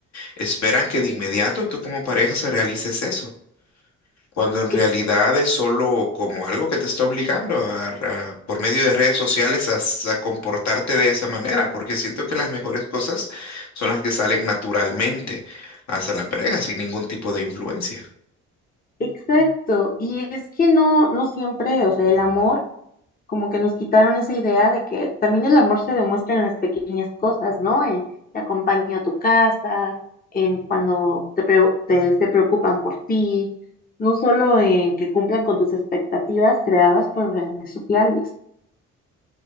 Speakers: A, on the left; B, on the left.
A: esperan que de inmediato tú como pareja se realices eso. cuando en realidad
B: Ex-
A: es solo como algo que te está obligando a- a- por medio de redes sociales a, s- a comportarte de esa manera, porque siento que las mejores cosas son las que salen naturalmente hacia la pareja sin ningún tipo de influencia.
B: Exacto, y es que no, no siempre, o sea, el amor, como que nos quitaron esa idea de que también el amor se demuestra en las pequeñas cosas, ¿no? En te acompaño a tu casa, en cuando te, preo- te- se preocupan por ti, no solo en que cumplan con tus expectativas creadas por redes sociales.